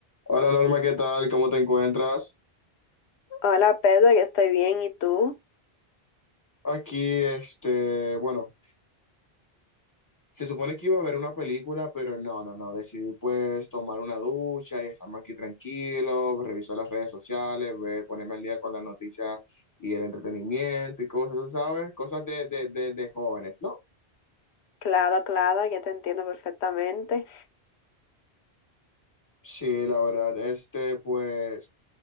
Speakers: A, on the left; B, on the left.
A: Hola Norma, ¿qué tal? ¿Cómo te encuentras?
B: Hola Pedro, yo estoy bien. ¿Y tú?
A: Aquí, este, bueno, se supone que iba a ver una película, pero no, no, no, decidí pues tomar una ducha y estamos aquí tranquilos, Reviso las redes sociales, ver, ponerme al día con las noticias y el entretenimiento y cosas, ¿sabes? Cosas de, de, de, de jóvenes, ¿no?
B: Claro, claro, ya te entiendo perfectamente.
A: Sí, la verdad, este, pues...